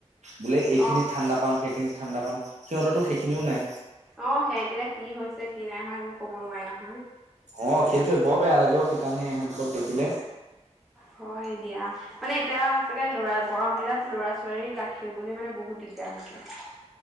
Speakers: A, on the right; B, in the centre.
A: বোলে এইখিনিত-
B: অ
A: ঠাণ্ডা পাম সেইখিনিত ঠাণ্ডা পাম সিহঁতো সেইখিনিও নাই।
B: অ সেহেতি এতিয়া কি হৈছে কি নাই হয় মোৰ ক'ব নোৱাৰে নহয়।
A: অ সেইটোৱে বৰ বেয়া লাগে সেইকাৰণে এহেতবোৰক দেখিলে-
B: হয় দিয়া মানে এতিয়া লৰা গৰম দিনত লৰা ছোৱালী ৰাখিবলে বহুত দিগ- দিগদাৰ হৈছে।